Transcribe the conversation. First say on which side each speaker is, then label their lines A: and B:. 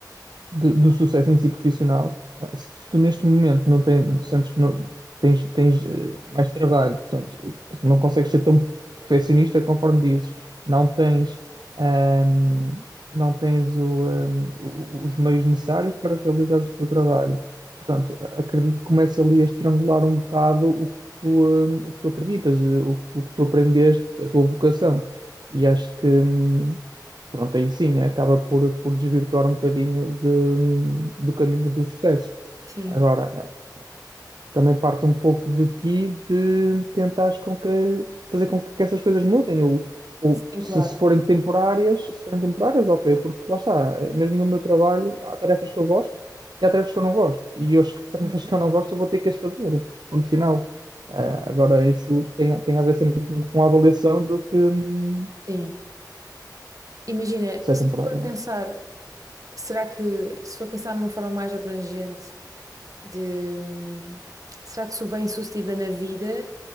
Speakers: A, on the right; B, on the right.
A: do, do sucesso em si profissional, eh, se, se tu neste momento não tens, sentes que não tens, tens eh, mais trabalho, portanto, não consegues ser tão perfeccionista conforme dizes, não tens, ahm, não tens o, ahm, o- o- os meios necessários para realizares o teu trabalho. Portanto, a- acredito que começa ali a estrangular um bocado o que tu, ahm, o que tu acreditas, eh, o que tu, o que tu aprendeste, a tua vocação. E acho que, hum, pronto, aí sim acaba por, por desvirtuar um bocadinho de- do caminho do sucesso.
B: Sim,
A: Agora, também parte um pouco de ti de tentares com que, fazer com que, que essas coisas mudem, ou, ou
B: sim,
A: se,
B: claro.
A: se forem temporárias, se forem temporárias, ok, porque lá está, mesmo no meu trabalho, há tarefas que eu gosto e há tarefas que eu não gosto, e as que- tarefas
B: Uhum.
A: que eu não gosto eu vou ter que as fazer, ponto final. Ah, agora, isso tem, tem a ver sempre com a avaliação do que hum,
B: Sim. Imagina,
A: se é
B: se
A: temporário,
B: for
A: não
B: pensar,
A: é?
B: será que se for pensar numa forma mais abrangente de hum, será que sou bem-sucedida na vida?